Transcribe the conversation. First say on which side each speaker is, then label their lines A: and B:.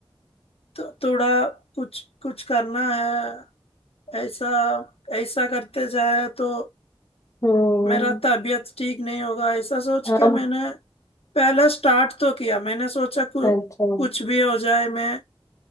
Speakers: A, on the left (about 80°); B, on the left (about 35°).
A: तो थोड़ा कुछ कुछ करना है ऐसा ऐसा करते जाए तो
B: हम्म
A: मेरा तबीयत ठीक नहीं होगा ऐसा सोच
B: हम
A: के मैंने पहला स्टार्ट तो किया मैंने सोचा कु,
B: अच्छा
A: कुछ भी हो जाए मैं